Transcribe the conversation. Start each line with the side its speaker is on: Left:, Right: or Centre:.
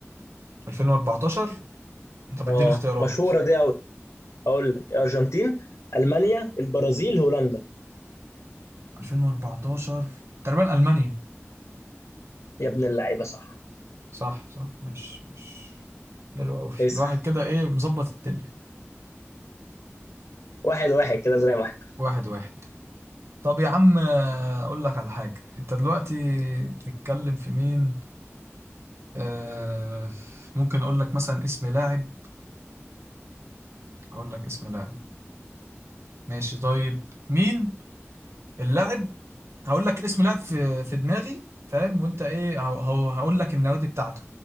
Right: 2014 انت بتديني
Left: اه
Right: اختيارات
Left: مشهوره دي اقول لك الارجنتين المانيا البرازيل هولندا
Right: 2014 تقريبا المانيا
Left: يا ابن اللعيبه صح
Right: صح صح مش مش حلو قوي
Left: اسال
Right: الواحد كده ايه مظبط الدنيا
Left: واحد واحد كده زي ما احنا
Right: واحد واحد طب يا عم آه، اقول لك على حاجة انت دلوقتي بتتكلم في مين آه ممكن اقول لك مثلا اسم لاعب اقول لك اسم لاعب ماشي طيب مين اللاعب هقول لك الاسم لاعب في في دماغي فاهم وانت ايه هو هو- هقول لك النوادي بتاعته